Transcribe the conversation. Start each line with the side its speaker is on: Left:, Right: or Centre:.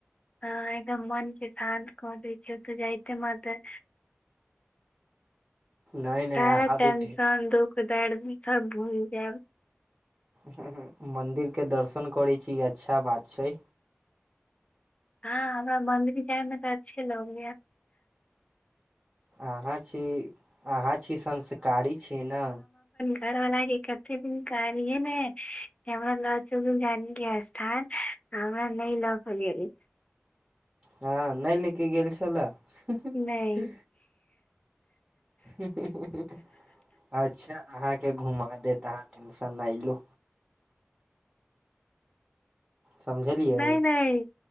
Left: ह एकदम मन के शान्त कर दै छै तऽ जाइते मातर
Right: नहि
Left: सारा
Right: नहि अहाँ
Left: टेंशन
Right: भी
Left: दुःख दर्द भी सब भूल जायब
Right: ह ह मन्दिर के दर्शन करै छी अच्छा बात छै
Left: हँ हमरा मन्दिर जायमे तऽ अच्छे लगैय
Right: अहाँ छी अहाँ छी संस्कारी छी ने
Left: घर वाला के कते दिन कहलिए य ने कि हमरा ल चलू गांधी स्थान आ नई लक गेली
Right: हँ नहि लेके गेल छलए ही
Left: नहि
Right: ही ही हि अच्छा अहाँके घुमा दे त अहाँ टेंशन नहि लू समझलियै
Left: नहि नहि